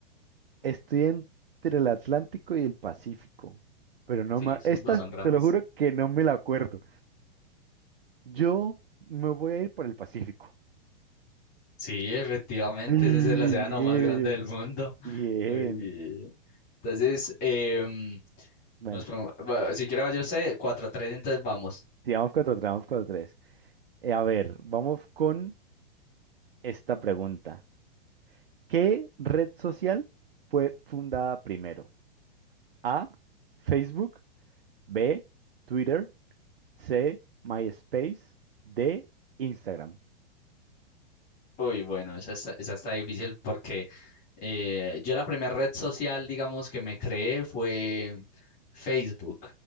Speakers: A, on the right; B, on the left.
A: Estoy entre el Atlántico y el Pacífico, pero no
B: Sí,
A: más.
B: esos
A: Esta,
B: dos son grandes.
A: te lo juro que no me la acuerdo. Yo me voy a ir por el Pacífico.
B: Sí, efectivamente,
A: Sí, Bien,
B: ese es el océano más grande del mundo. <laughs>
A: bien.
B: Uy, Entonces, em,
A: Bueno,
B: nos ponemos- bueno, si quiere vaya usted, cuatro a tres, entonces vamos.
A: sigamos con otro, vamos con otro tres. Eh, a ver, vamos con esta pregunta. ¿Qué red social fue fundada primero? A, Facebook, B, Twitter, C, MySpace, D, Instagram.
B: Uy, bueno, esa está, esa está difícil porque eh, yo la primera red social, digamos, que me creé fue Facebook.